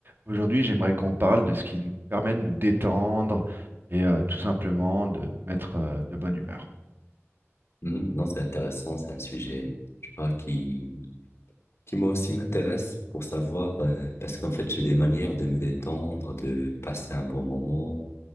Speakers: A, on the right; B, on the left.
A: Aujourd'hui, j'aimerais qu'on parle de ce qui nous permet de nous détendre et euh, tout simplement de nous mettre euh, de bonne humeur.
B: Mhm. Non, c'est intéressant, c'est un sujet, tu vois, qui, qui moi aussi m'intéresse pour savoir, euh, parce qu'en fait, j'ai des manières de me détendre, de passer un bon moment,